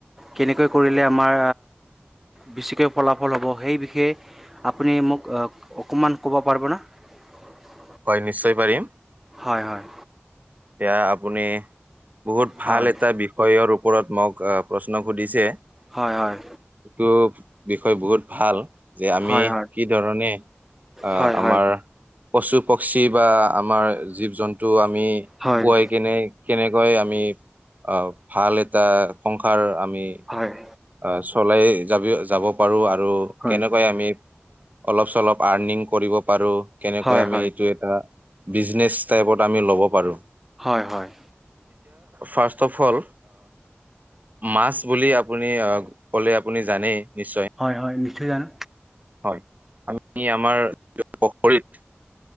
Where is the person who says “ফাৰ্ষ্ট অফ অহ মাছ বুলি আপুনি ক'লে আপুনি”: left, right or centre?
Right